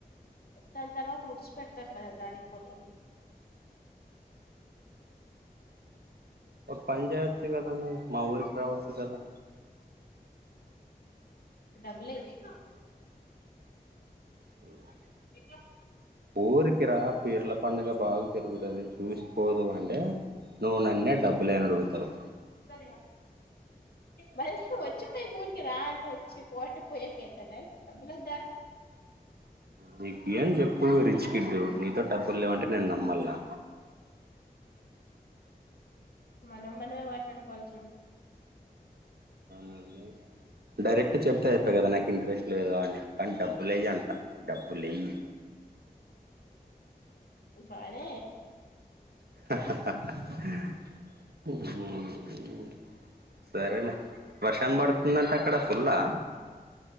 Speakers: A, on the left; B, on the right.
A: దాని తర్వాత ఊడ్చి పెడతారు కదా దానిక్ పోతాం.
B: ఒక పనిచేయొచ్చు గదా నువ్వు మా ఊరికి రావచ్చు గదా.
A: డబ్బులే అడిగినావు నువ్
B: అ
A: <unintelligible>
B: ఊరికి రా పీర్ల పండగ బాగ జరుగుతది చూసిపోదు గాని అంటే నువ్వు నన్నే డబ్బు లేయి అని అడుగుతవు
A: సరే మరి వచ్చిపోయి <unintelligible> కూడికి రా అంటె వచ్చి పో అంటే పోయేకి అయితదా డబ్బులొద్దా
B: నీకి ఇయి అని చెప్పు రిచ్ కిడ్డు నీతో డబ్బులు లేవంటే నేను నమ్మల్లా
A: మనం మనమే మాట్లాడుకోవాలి చూడు
B: మళ్లి డైరెక్ట్ చెప్తే ఐపాయే కదా నాకు ఇంట్రెస్ట్ లేదు అని కానీ డబ్బు లేయి అంట డబ్బులెయ్యి
A: బానే
B: <unintelligible> సరేలే వర్షం పడుతుందంట అక్కడ ఫుల్లా